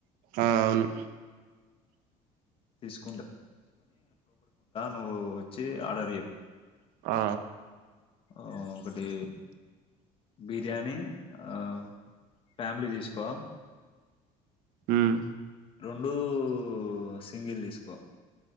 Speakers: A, on the right; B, on the left.
A: ఆ అవును
B: తీసుక్ నువ్వు వచ్చి ఆర్డర్
A: ఆ
B: ఆ ఒకటీ బిర్యానీ హా ఫ్యామిలీ తీసుకో
A: హ్మ్
B: రెండూ ఒ సింగిల్ తీసుకో